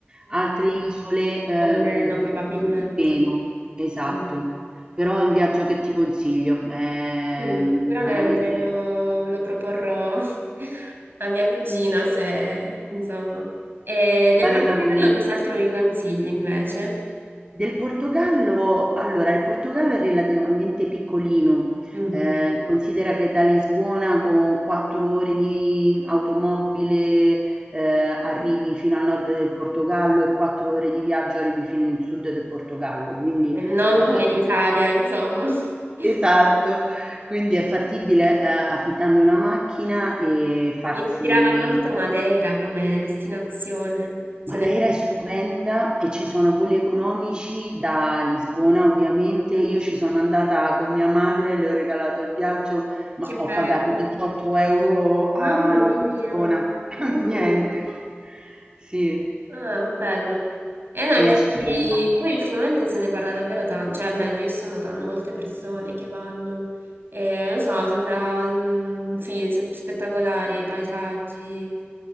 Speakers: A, on the right (about 25°); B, on the right (about 60°).
A: Altre isole, ehm,
B: O Meno probabilmente.
A: meno, esatto.
B: Mm.
A: Però è un viaggio che ti consiglio, ehm,
B: Sì, sicuramente
A: veramente
B: lo, lo proporrò <laughs> a mia cugina se, insomma. E del
A: vale
B: Portogallo
A: la pena.
B: cos'altro mi consigli invece?
A: Del Portogallo allora, il Portogallo è relativamente piccolino,
B: Mhm.
A: ehm, considera che da Lisbona con 4 ore di automobile, ehm, arrivi fino al nord del Portogallo e 4 ore di viaggio arrivi fino in sud del Portogallo, quindi
B: non
A: ehm
B: come l'Italia, insomma. <laughs>
A: esatto, quindi è fattibile, ehm, affittando una macchina e farsi
B: Mi ispirava molto Madeira come destinazione. Se
A: Madeira
B: ne parla.
A: è stupenda e ci sono voli economici da Lisbona, ovviamente.
B: Mhm.
A: Io ci sono andata con mia madre, le ho regalato il viaggio, ma
B: Che bello.
A: ho pagato 18 euro a
B: Mamma mia.
A: persona. <laughs>
B: Nulla.
A: Niente. Sì,
B: Ah, bello. E no, infatti,
A: e è stupenda.
B: poi ultimamente se ne parla davvero tanto, cioè almeno io sto notando molte persone che vanno. E, non so, sembra mm, sì, se- spettacolare i paesaggi.